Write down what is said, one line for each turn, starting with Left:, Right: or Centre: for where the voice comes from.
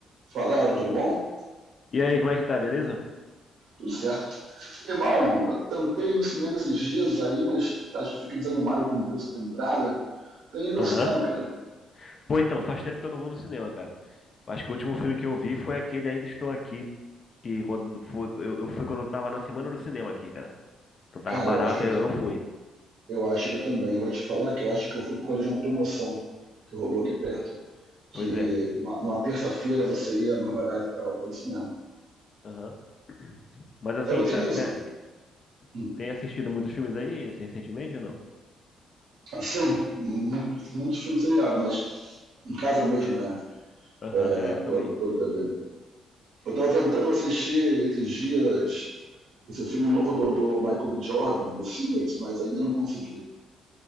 Right: Fala, Elton, tudo bom?
Left: E aí, como é que tá, beleza?
Right: Tudo certo. Irmão, tentei ir no cinema esses dias aí, mas acho que fiquei desanimado com o preço da entrada. Tem ido
Left: Aham.
Right: ao cinema, cara?
Left: Pô, então, faz tempo que eu não vou no cinema, cara. Eu Acho que o último filme que eu vi foi aquele Ainda Estou Aqui, que quando foi, eu, eu fui quando eu tava na semana do cinema aqui, cara. Então tava
Right: Cara,
Left: barato,
Right: eu acho
Left: eu,
Right: que
Left: eu fui.
Right: eu, eu acho que eu também. Eu vou te falar que eu acho que eu fui por causa de uma promoção que rolou aqui perto. Que
Left: Pois é.
Right: uma- numa terça-feira você ia mais barato e tal. Foi isso mesmo.
Left: Aham. Mas assim,
Right: Eu tenho.
Left: tá, tá- tem
Right: hum,
Left: tem assistido muitos filmes aí recentemente ou não?
Right: Sim, muito, muito filme seriado, mas em casa mesmo, né?
Left: Aham,
Right: É,
Left: é,
Right: pelo,
Left: eu também.
Right: pelo TV. Eu tava tentando assistir esses dias esse filme novo do, do Michael B. Jordan, The Sinners, mas ainda não consegui.